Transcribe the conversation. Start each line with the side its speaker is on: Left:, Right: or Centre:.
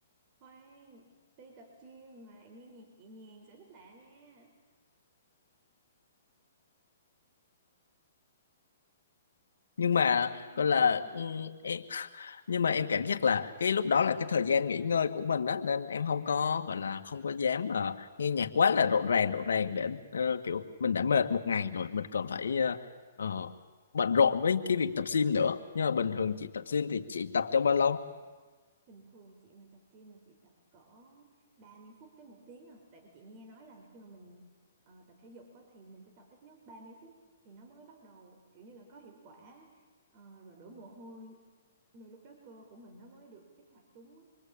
Right: khoan đi tập gym mà lại nghe nhạc nhẹ nhàng sở thích lạ nha
Left: nhưng
Right: đi
Left: mà
Right: tập gym
Left: gọi
Right: mà lại
Left: là
Right: nghe nhạc
Left: ừ, em nhưng mà em cảm giác là cái lúc đó là cái thời gian nghỉ ngơi của mình á nên em không có gọi là không có dám ờ, nghe nhạc quá là rộn ràng rộn ràng để ờ, kiểu mình đã mệt một ngày rồi mình còn phải ờ, ờ, bận rộn với cái việc tập gym nữa nhưng mà bình thường chị tập gym thì chị tập trong bao lâu
Right: bình thường chị mà tập gym là chị tập cỡ 30 phút tới một tiếng à tại vì chị nghe nói là khi mà mình ờ, tập thể dục á, thì mình phải tập ít nhất 30 phút thì nó mới bắt đầu kiểu như là có hiệu quả Ờ, rồi đổ mồ hôi rồi lúc đó cơ của mình nó mới được kích hoạt đúng á.